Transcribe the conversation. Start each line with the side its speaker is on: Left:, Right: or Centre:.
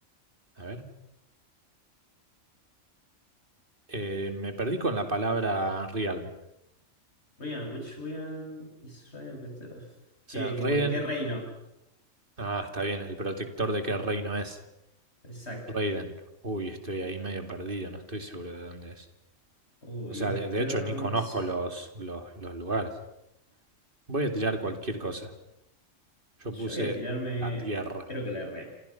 Right: A ver, Eh, me perdí con la palabra Realm. O
Left: Ryan, which Ryan is Ryan?
Right: sea,
Left: ¿Qué? Como
Right: Raiden
Left: que qué reino.
Right: Ah, está bien. ¿El protector de qué reino es?
Left: Exacto.
Right: Raiden. Uy, estoy ahí medio perdido, no estoy seguro de dónde es.
Left: Uy,
Right: O sea,
Left: esto.
Right: de, de hecho ni conozco los, los, los lugares. Voy a tirar cualquier cosa. Yo
Left: Yo
Right: puse
Left: voy a tirarme,
Right: la tierra.
Left: creo que la erré.